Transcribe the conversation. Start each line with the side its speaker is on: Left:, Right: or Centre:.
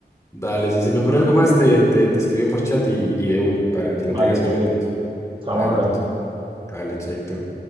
Left: dale, si se me ocurre algo más, te, te, te escribo por chat y, y de una, para que lo
Right: Vale,
Left: tengas
Right: todo
Left: presente,
Right: bien.
Left: listo.
Right: Estamos
Left: Dale,
Right: hablando.
Left: cha- dale, chaito.